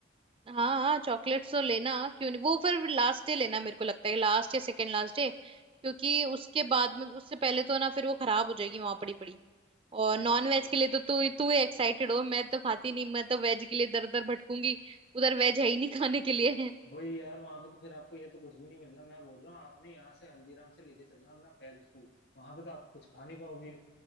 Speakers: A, on the right; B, on the left.
A: हाँ हाँ चॉकलेट्स तो लेना क्यों नहीं वो फिर लास्ट डे लेना मेरे को लगता है लास्ट या सेकेंड लास्ट डे क्योंकि उसके बाद में उससे पहले तो ना फिर वो खराब हो जाएगी वहां पड़ी पड़ी और नॉन
B: हाँ चलो
A: वेज के लिए तो तू तू ही एक्साइटेड हो मैं तो खाती नहीं मैं तो वेज के लिए दर दर भटकूंगी उधर वेज है ही नहीं खाने के लिए
B: वही यार वहां पे तो फिर आपको ये तो कुछ भी नहीं मिलना मैं बोल रहा हूँ आपने यहाँ से हल्दीराम से लेके चलना अपना पैक्ड फूड वहां पे तो आप कुछ खा नहीं पाओगे